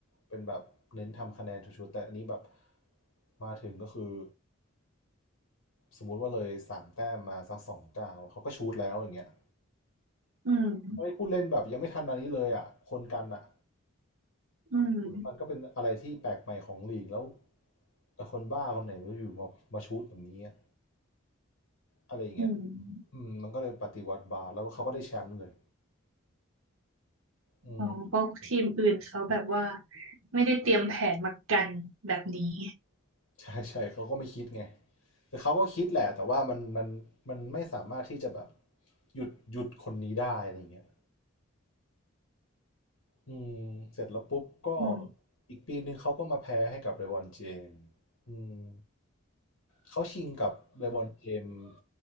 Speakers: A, on the left (about 80°); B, on the right (about 75°).
A: เป็นแบบเน้นทำคะแนนชูตๆแต่อันนี้แบบมาถึงก็คือสมมุติว่าเลยสามแต้มมาสักสองเก้าวเขาก็ชูตแล้วอย่างเงี้ย
B: อืม
A: ไม่พูดเล่นแบบยังไม่ทันอันนี้เลยอ่ะคนกันอ่ะ
B: อืม
A: มันก็เป็นอะไรที่แปลกใหม่ของลีกแล้วแต่คนบ้าคนไหนไม่รู้อยู่มามาชูตแบบนี้อะ อะไรอย่างเงี้ย
B: อืม
A: อืมมันก็เลยปฏิวัติบาสแล้วเขาก็ได้แชมป์เลยอืม
B: อ๋อเพราะทีมอื่นเขาแบบว่าไม่ได้เตรียมแผนมากันแบบนี้
A: <laughs> ใช่ใช่เขาก็ไม่คิดไง แต่เขาก็คิดแหละแต่ว่ามันมันมันไม่สามารถที่จะแบบหยุดหยุดคนนี้ได้อะไรอย่างเงี้ยอืมเสร็จแล้วปุ๊บก็
B: อืม
A: อีกปีนึงเขาก็มาแพ้ให้กับเลบรอนเจมส์อืมเขาชิงกับเลบรอนเจมส์